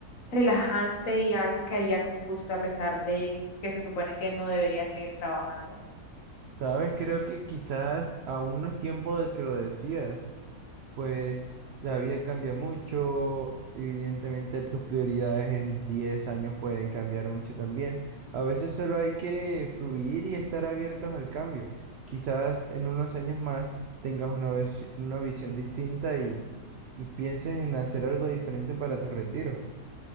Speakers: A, on the left (about 60°); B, on the right (about 75°).
A: relajante y algo que haría con gusto a pesar de que se supone que no debería seguir trabajando.
B: Sabes, creo que quizás aún no es tiempo de que lo decidas. pues la vida cambia mucho, evidentemente tus prioridades en 10 años pueden cambiar mucho también. A veces solo hay que fluir y estar abiertos al cambio. Quizás en unos años más tengas una, ves- una visión distinta y, y pienses en hacer algo diferente para tu retiro.